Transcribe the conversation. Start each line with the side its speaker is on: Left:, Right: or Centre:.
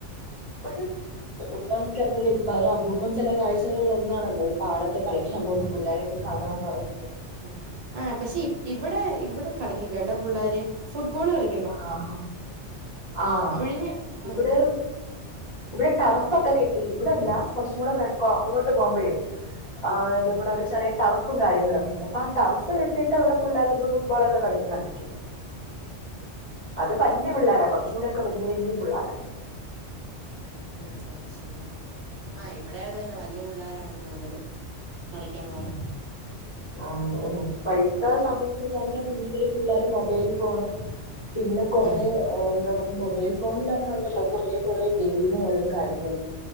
Left: ഇപ്പോഴും <unintelligible> ഇപ്പൊ അത് അപൂർവം ചില കാഴ്ചകളിൽ ഒന്നാണല്ലോ ഈ പാടത്തെ കളിക്കാൻ പോകുന്നെ പുള്ളേരൊക്കെ കാണാ എന്ന് പറയുന്നത്
Right: ഉം ആഹ് പക്ഷെ ഇവിടെ ഇവിടെ കളിക്കും കേട്ടൊ പുള്ളേര് ഫുട്ബോള് കളി
Left: ആഹ് ആഹ്
Right: ഒഴിഞ്ഞ്
Left: ഇവിടെ
Right: ഉം
Left: ഇവിടെ ടർഫ് ഒക്കെ കെട്ടി ഇവിടെ അല്ല കുറച്ചും കൂടെ അങ്ങോട്ട് പോകുമ്പോഴേയ് ആഹ് ഇത്
Right: ഉം
Left: ഇബ്ടെ ഒരു ചെറിയ ടറഫ് പ്പും കര്യങ്ങളൊക്കെയുണ്ട് അപ്പൊ ആ ടർഫ് കെട്ടിയിട്ട് പിള്ളേരും ഫുട്ബോൾ ഒക്കെ കളിക്കുന്നുട്ടുണ്ട് അത്
Right: ആഹ്
Left: പല്യ പിള്ളോര കൊർച്ചുകൂടി ഒക്കെ വകല്യ വെല്യ പുള്ളേരാ
Right: ഉം അത്ശെരിയാ ആഹ് ഇവിടെയും അത് തെന്നാ വല്യ പുള്ളേരാണ് കൂട്തല് കളിക്കാൻ പോവാന്
Left: ഉം ആഹ് <unintelligible> ഇപ്പഴ്ത്തെ സമയത്ത് ഇല്ലെങ്കെ കൂട്തല് പിള്ളേരും മൊബൈൽ ഫോണ് പിന്നെ കൊറേ
Right: ഉം
Left: എന്താ പറയാ മൊബൈൽസ് ഫോണിലെന്നെ ഉണ്ടല്ലോ കുറേ കെറേ ഗെെമുകള് കാര്യങ്ങളും